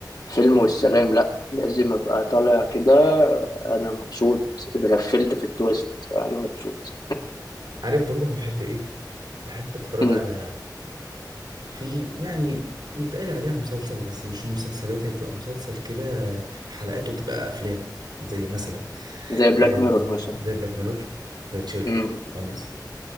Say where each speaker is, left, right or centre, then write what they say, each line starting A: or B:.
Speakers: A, on the left; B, on the right.
A: فيلم والسلام لا لازم ابقى طالع كده انا مبسوط اتغفلت في التويست فانا مبسوط
B: عارف برضه انا بحب ايه بحب اتفرج
A: مم.
B: على في يعني بيتقال عليها مسلسل بس مش مسلسلات هي بتبقى مسلسل كده حلقاته بتبقى افلام زي مثلا
A: زي بلاك
B: آه
A: ميرور مثلا
B: زي بلاك ميرور زي تشيرلوك
A: مم.
B: هولمز